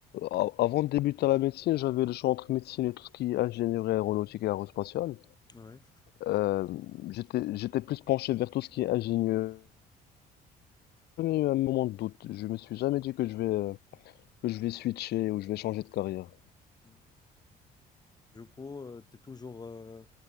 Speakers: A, on the left; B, on the left.
A: a- avant de débuter la médecine, j'avais le choix entre médecine et tout ce qui est ingénierie aéronautique et aérospatiale.
B: oui.
A: Euh, j'étais, j'étais plus penché vers tout ce qui est ingénieur. J'ai jamais eu un moment de doute. Je me suis jamais dit que je vais, euh, que je vais switcher ou je vais changer de carrière.
B: Mm. Du coup, tu es toujours, euh,